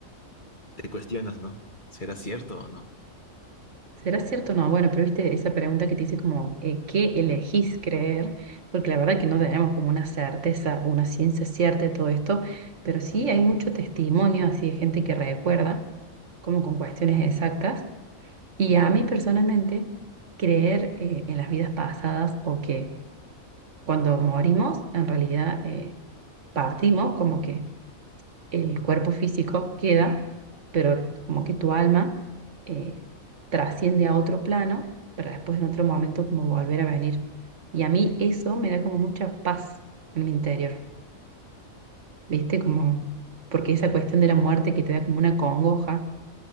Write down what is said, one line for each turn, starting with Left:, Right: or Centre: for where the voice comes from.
Left: te cuestionas, ¿no? ¿Será cierto o no?
Right: ¿Será cierto o no? Bueno, pero viste esa pregunta que te hice como, eh, ¿qué elegís creer? Porque la verdad que no tenemos como una certeza, una ciencia cierta de todo esto, pero sí hay mucho testimonio así de gente que recuerda, como con cuestiones exactas. Y a mí personalmente, creer eh, en las vidas pasadas o que cuando morimos, en realidad eh, partimos, como que el cuerpo físico queda, pero como que tu alma eh, trasciende a otro plano para después en otro momento como volver a venir. Y a mí eso me da como mucha paz en mi interior, ¿viste? Como, porque esa cuestión de la muerte que te da como una congoja